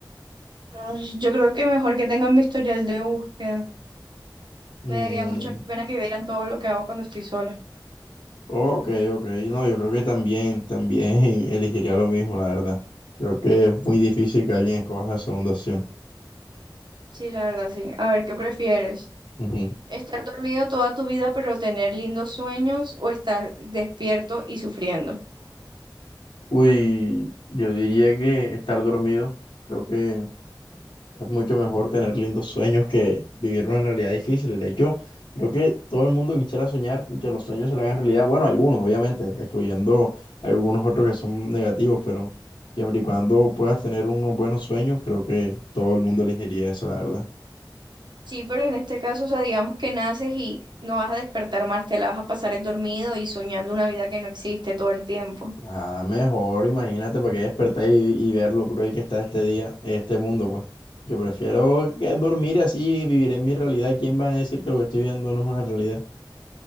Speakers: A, on the right (about 70°); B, on the left (about 80°).
A: Pero Yo creo que mejor que tengan mi historial de búsqueda.
B: Mm,
A: Me daría mucha pena que vieran todo lo que hago cuando estoy sola.
B: ok, ok. No, yo creo que también, también <laughs> elegiría lo mismo, la verdad. Creo que es muy difícil que alguien escoja la segunda opción.
A: Sí, la verdad, sí. A ver, ¿qué prefieres?
B: Ujú.
A: ¿Estar dormido toda tu vida pero tener lindos sueños o estar despierto y sufriendo?
B: Uy, yo diría que estar dormido. Creo que Es mucho mejor tener lindos sueños que vivir una realidad difícil. De hecho, creo que todo el mundo quisiera soñar y que los sueños se le hagan realidad. Bueno, algunos, obviamente, excluyendo algunos otros que son negativos, pero siempre y cuando puedas tener unos buenos sueños, creo que todo el mundo elegiría eso, la verdad.
A: Sí, pero en este caso, o sea, digamos que naces y no vas a despertar más, te la vas a pasar dormido y soñando una vida que no existe todo el tiempo.
B: Ah, mejor, imagínate para que despertar y, y ver lo cruel que está este día, este mundo, pues. Yo prefiero que dormir así y vivir en mi realidad. ¿Quién va a decir que lo que estoy viendo no es una realidad?